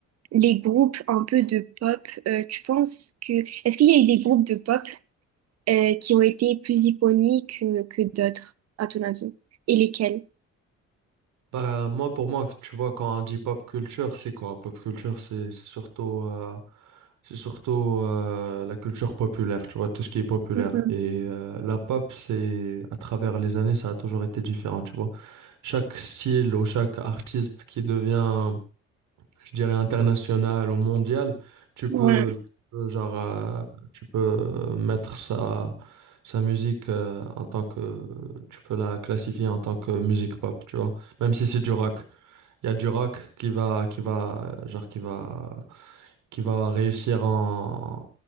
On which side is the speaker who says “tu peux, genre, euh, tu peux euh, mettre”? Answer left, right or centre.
Right